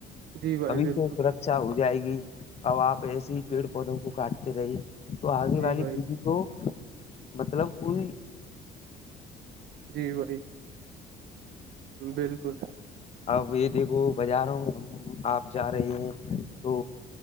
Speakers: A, on the right; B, on the left.
A: جی بھائی
B: ابھی
A: بالکل
B: سے سر اچھا ہو جائے گی اب آپ ایسے ہی پیڑ پودوں کو کاٹتے رہے تو آگے
A: جی
B: والی
A: بھائی
B: پیڑھی کو مطلب پوری
A: جی بھائی بالکل
B: اب یہ دیکھو بازاروں میں ہم آپ جا رہے ہیں تو